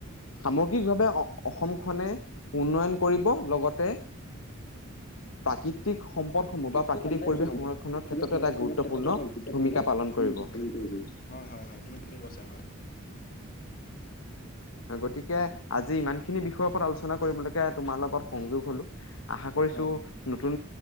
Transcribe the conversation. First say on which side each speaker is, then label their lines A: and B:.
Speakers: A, on the left (about 70°); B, on the left (about 45°).
A: সামগ্ৰিকভাৱে অ অসমখনে উন্নয়ন কৰিব, লগতে। প্ৰাকৃতিক সম্প। পদ সমূহ বা প্ৰাকৃতিক
B: তো কম্পেয়াৰটো
A: পৰিৱেশ
B: মন
A: সংৰক্ষণৰ ক্ষেত্ৰটো
B: সংৰক্ষণৰ
A: এটা গুৰুত্বপূৰ্ণ
B: ক্ষেত্ৰতে এটা গুৰুত্বপূৰ্ণ
A: ভূমিকা পালন
B: ভূমিকা
A: কৰিব।
B: পালন কৰি গৈছে হ'য়, হ'য় হ'য়। তুমি ঠিকে কৈছা হ'য়।
A: <unintelligible> গতিকে আজি ইমানখিনি বিষয়ৰ ওপৰত আলোচনা কৰিবলৈকে তোমাৰ লগত সংযোগ হলোঁ। আশা কৰিছোঁ,
B: হয় হয়।
A: নতুন